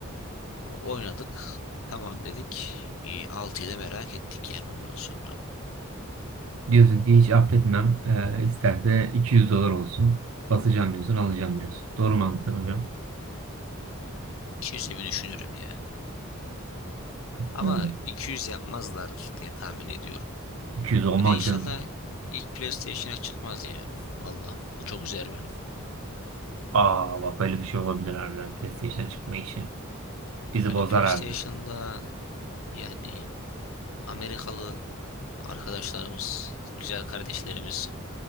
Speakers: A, on the left; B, on the right.
A: O- Oynadık. Tamam dedik. E, 6'yı da merak ettik yani ondan sonra ama.
B: Diyorsun ki hiç affetmem. Ee, isterse 200 dolar olsun. Basacağım diyorsun, alacağım diyorsun. Doğru mu anladım hocam?
A: 200'e bir düşünürüm ya. Ama
B: Hmm.
A: 200 yapmazlar diye tahmin ediyorum.
B: 200 olmaz
A: Bir de inşallah
B: canım.
A: ilk PlayStation'a çıkmaz ya. Valla o çok üzer beni.
B: Aa bak öyle bir şey olabilir harbiden PlayStation'a çıkma işi. Bizi
A: Yani
B: bozar
A: PlayStation'da
B: harbiden.
A: yani Amerikalı arkadaşlarımız, güzel kardeşlerimiz